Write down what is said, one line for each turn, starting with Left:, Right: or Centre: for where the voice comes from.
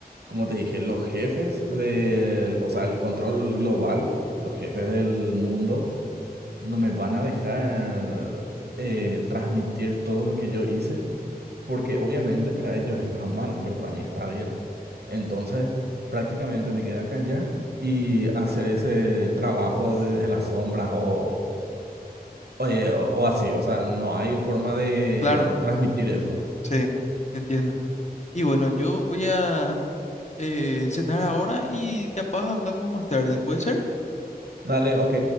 Right: como te dije, los jefes del, o sea, el control global, los jefes del mundo, no me van a dejar eh, transmitir todo lo que yo hice, porque obviamente para ellos está mal, pero para mí está bien. Entonces, prácticamente me queda callar y hacer ese trabajo desde las sombras o, o, eh, o- o así. O sea, no hay forma de
Left: Claro,
Right: transmitir eso.
Left: sí, entiendo. Y bueno, yo voy a eh, cenar ahora y capaz hablamos más tarde, ¿puede ser?
Right: Dale, ok.